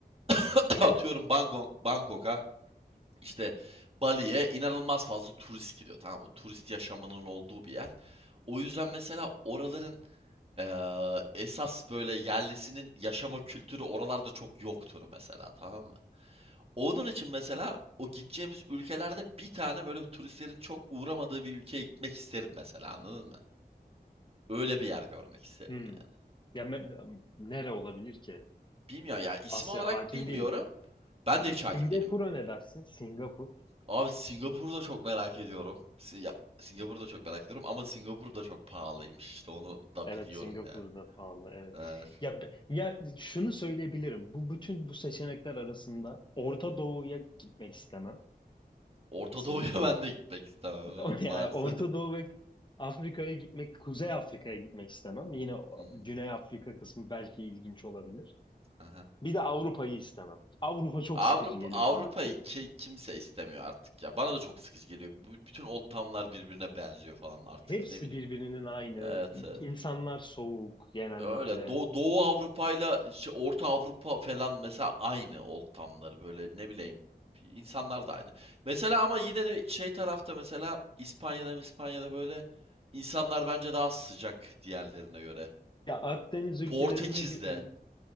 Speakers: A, on the right (about 35°); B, on the left (about 30°).
A: <laughs> atıyorum Bangkok, Bangkok'a işte Bali'ye inanılmaz fazla turist gidiyor tamam mı? Turist yaşamının olduğu bir yer. O yüzden mesela oraların eee, esas böyle yerlisinin yaşama kültürü oralarda çok yoktur mesela tamam mı? Onun için mesela o gideceğimiz ülkelerde bir tane böyle turistlerin çok uğramadığı bir ülkeye gitmek isterim mesela anladın mı? Öyle bir yer görmek isterim
B: Hmm.
A: yani.
B: Ya me- nere olabilir ki?
A: Bilmiyorum ya isim
B: Asya
A: olarak
B: hakim
A: bilmiyorum.
B: değilim.
A: Ben de hiç
B: Singapur'a
A: hakim değilim.
B: ne dersin? Singapur.
A: Abi Singapur'u da çok merak ediyorum. Si- ya, Singapur'u da çok merak ediyorum ama Singapur da çok pahalıymış işte onu da
B: Evet
A: biliyorum
B: Singapur'da
A: ya.
B: pahalı evet.
A: Evet.
B: Ya be- ya şunu söyleyebilirim. Bu bütün bu seçenekler arasında Orta Doğu'ya gitmek istemem
A: Orta
B: kesinlikle.
A: Doğu'ya <laughs> ben de gitmek
B: <laughs>
A: istemem evet maalesef.
B: Yani Orta Doğu ve Afrika'ya gitmek, Kuzey Afrika'ya gitmek istemem. Yine
A: <laughs>
B: o-
A: Hı, hı,
B: Güney Afrika kısmı belki ilginç olabilir.
A: aha.
B: Bir de Avrupa'yı istemem. Avrupa çok
A: Avrupa
B: sıkıcı geliyor
A: Avrupa'yı
B: bana.
A: ki- kimse istemiyor artık ya. Bana da çok sıkıcı geliyor. Bu- Bütün old town'lar birbirine benziyor falan artık
B: Hepsi
A: ne bileyim.
B: birbirinin aynı.
A: Evet, evet.
B: İnsanlar soğuk genellikle.
A: Öyle Doğu, Doğu Avrupa'yla işte Orta Avrupa falan mesela aynı ortamları böyle ne bileyim insanlar da aynı. Mesela ama yine de şey tarafta mesela İspanya'da İspanya'da böyle insanlar bence daha sıcak diğerlerine göre.
B: Ya Akdeniz ülkelerine
A: Portekiz'de
B: gö-